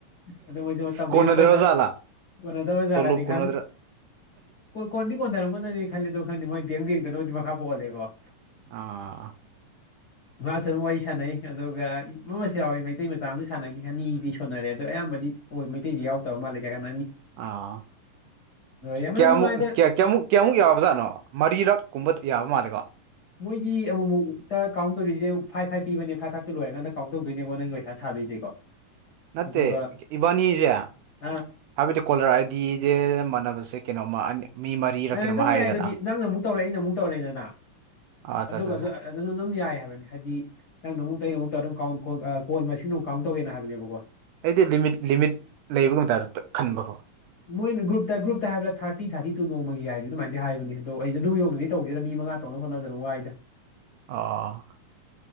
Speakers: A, on the left; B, on the right.
A: ꯑꯗꯨ ꯃꯣꯏꯁꯨ ꯃꯇꯝ
B: ꯀꯣꯟꯅꯗ꯭ꯔꯕ
A: ꯂꯦꯟꯕ ꯑꯣꯏꯅ
B: ꯖꯥꯠꯂꯥ
A: ꯀꯣꯟꯅꯗꯕ ꯖꯥꯠꯂꯗꯤ
B: ꯇꯣꯂꯣꯞ ꯀꯣꯟꯅꯗ꯭ꯔ
A: ꯈ ꯀꯣꯟꯗꯤ ꯀꯣꯟꯅꯔꯝꯒꯅꯗꯤ ꯈꯜꯂꯤ ꯑꯗꯣ ꯈꯪꯗꯦ ꯃꯣꯏ ꯕꯦꯡ ꯌꯦꯡꯗꯅꯕꯕꯨꯗꯤ ꯃꯈꯥ ꯄꯣꯂꯦꯀꯣ
B: ꯑꯥ
A: ꯍ ꯁꯔ ꯋꯥ ꯁꯥꯟꯅꯩ ꯑꯗꯨꯒ ꯑꯃꯁꯨ ꯌꯥꯎꯋꯤ ꯃꯩꯇꯩ ꯃꯆꯥ ꯑꯃꯁ ꯁꯥꯟꯅꯈꯤ ꯑꯅꯤꯗꯤ ꯁꯣꯟꯅꯔꯦ ꯑꯗꯣ ꯑꯌꯥꯝꯕꯗꯤ ꯑꯣꯏ ꯃꯩꯇꯩꯗꯤ ꯌꯥꯎꯗꯕ ꯃꯥꯂꯦ ꯀꯩ ꯍꯥꯏ
B: ꯑꯥ
A: ꯑꯗꯣ ꯌꯥꯝꯅ
B: ꯀꯌꯥꯃꯨꯛ
A: ꯅꯨꯡꯉꯥꯏꯗ
B: ꯀꯌꯥꯃꯨꯛ ꯀꯌꯥꯃꯨꯛ ꯌꯥꯕꯖꯥꯠꯅꯣ ꯃꯔꯤꯔꯛꯀꯨꯝꯕ ꯌꯥꯕ ꯃꯥꯜꯂꯦꯀꯣ
A: ꯃꯣꯏꯗꯤ ꯑꯃꯨꯛꯃꯨꯛꯇ ꯀꯥꯎꯟ ꯇꯧꯔꯤꯁꯦ ꯐꯥꯏꯚ ꯐꯥꯏꯚ ꯄꯤꯕꯅꯦ ꯐꯥꯏꯚ ꯐꯥꯏꯚꯇ ꯂꯣꯏꯔꯒꯥꯟꯗ ꯀꯥꯎꯟ ꯇꯧꯗꯣꯏꯅꯦꯕꯣ ꯅꯪꯒꯤ ꯄꯩꯁꯥ ꯁꯥꯗꯣꯏꯁꯦꯀꯣ
B: ꯅꯠꯇꯦ
A: ꯑꯗꯨꯒ
B: ꯏꯕꯥꯅꯤꯁꯦ
A: ꯑꯥ
B: ꯍꯥꯏꯕꯗꯤ ꯀꯣꯂꯔ ꯑꯥꯏꯗꯤꯁꯦ ꯃꯥꯟꯅꯕꯁꯦ ꯀꯩꯅꯣꯝꯃ ꯃꯤ ꯃꯔꯤꯔ ꯀꯩꯅꯣꯝꯃ
A: ꯑꯗꯨꯝ
B: ꯍꯥꯏꯗꯅ
A: ꯌꯥꯏ ꯑꯗꯨꯗꯤ ꯅꯪꯅ ꯑꯃꯨꯛ ꯇꯧꯔꯦ ꯑꯩꯅ ꯑꯃꯨꯛ ꯇꯧꯔꯦꯗꯅ
B: ꯑꯥ ꯑꯠꯆꯥ
A: ꯑꯗꯨꯒ
B: ꯑꯠꯆꯥ ꯑꯠꯆꯥ
A: ꯑꯗꯨ ꯑꯗꯨ ꯑꯗꯨꯝ ꯌꯥꯏ ꯍꯥꯏꯕꯅꯤ ꯍꯥꯏꯗꯤ ꯅꯪꯅ ꯑꯃꯨꯛ ꯇꯩꯅ ꯑꯃꯨ ꯑꯗꯨꯝ ꯀꯥꯎꯟ ꯀꯣꯜ ꯃꯁꯤꯡꯝ ꯀꯥꯎꯟ ꯇꯧꯋꯦꯅ ꯍꯥꯏꯕꯅꯦꯕꯀꯣ
B: ꯑꯩꯗꯤ ꯂꯤꯃꯤꯠ ꯂꯤꯃꯤꯠ ꯂꯩꯕꯒꯨꯝꯗ ꯈꯟꯕꯈꯣ
A: ꯃꯣꯏꯅ ꯒ꯭ꯔꯨꯞꯇ ꯒ꯭ꯔꯨꯞꯇ ꯍꯥꯏꯕ꯭ꯔꯥ ꯊꯥꯔꯇꯤ ꯊꯥꯇꯤ ꯅꯣꯡꯃꯒꯤ ꯌꯥꯏ ꯑꯗꯨꯃꯥꯏꯅꯗꯤ ꯍꯥꯏꯕꯅꯤ ꯑꯗꯣ ꯑꯩ ꯑꯗꯨꯝ ꯌꯧꯅꯗꯤ ꯇꯧꯗꯦꯗ ꯃꯤ ꯃꯉꯥ ꯇꯧꯅꯕ ꯍꯣꯠꯅꯕꯗꯅ ꯋꯥꯏꯗ
B: ꯑ